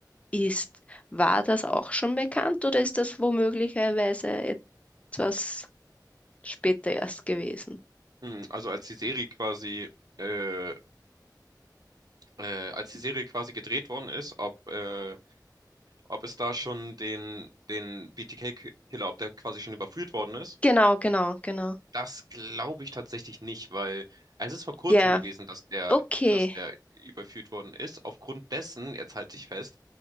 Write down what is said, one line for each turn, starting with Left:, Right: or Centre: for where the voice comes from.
Left: ist. War das auch schon bekannt oder ist das womöglicherweise etwas später erst gewesen?
Right: Hm, also als die Serie quasi äh, äh, als die Serie quasi gedreht worden ist, ob, äh, ob es da schon den, den B T K killer ob der quasi schon überführt worden ist.
Left: Genau, genau, genau.
Right: Das glaube ich tatsächlich nicht, weil es ist vor kurzem
Left: Ja,
Right: gewesen, dass der,
Left: okay,
Right: dass der überführt worden ist. Aufgrund dessen, jetzt halte ich fest,